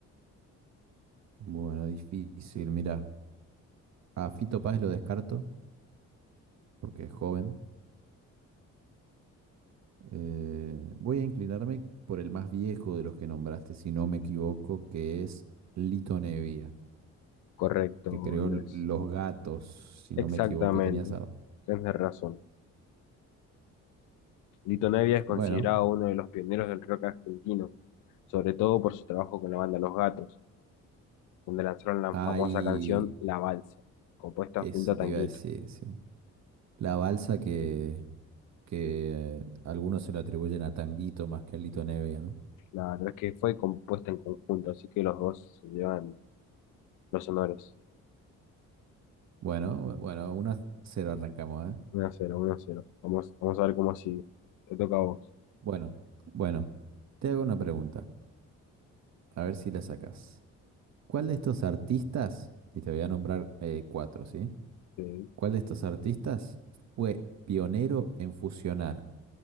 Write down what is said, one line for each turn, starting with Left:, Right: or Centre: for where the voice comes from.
Right: Bueno, difícil. Mira, a Fito Páez lo descarto porque es joven. Eh, voy a inclinarme por el más viejo de los que nombraste, si no me equivoco, que es Lito Nevia,
Left: Correcto,
Right: que creó
Left: Andrés.
Right: l- Los Gatos, si
Left: Exactamente.
Right: no me equivoco, tenía esa...
Left: Tienes razón. Lito Nevia es considerado
Right: Bueno,
Left: uno de los pioneros del rock argentino, sobre todo por su trabajo con la banda Los Gatos, donde lanzaron la
Right: hay...
Left: famosa canción La Balsa, compuesta
Right: Eso
Left: junto a Tanguito.
Right: te iba a decir, sí. La balsa que, que algunos se la atribuyen a Tanguito más que a Lito Nevia, ¿no?
Left: Claro, es que fue compuesta en conjunto, así que los dos se llevan los honores.
Right: Bueno, bueno, uno a 0 arrancamos, ¿eh?
Left: Uno a cero, uno a cero. Vamos, vamos a ver cómo sigue. Te toca a vos.
Right: Bueno, bueno, te hago una pregunta, a ver si la sacas. ¿Cuál de estos artistas, y te voy a nombrar eh, cuatro, ¿sí?
Left: Sí,
Right: ¿Cuál de estos artistas fue pionero en fusionar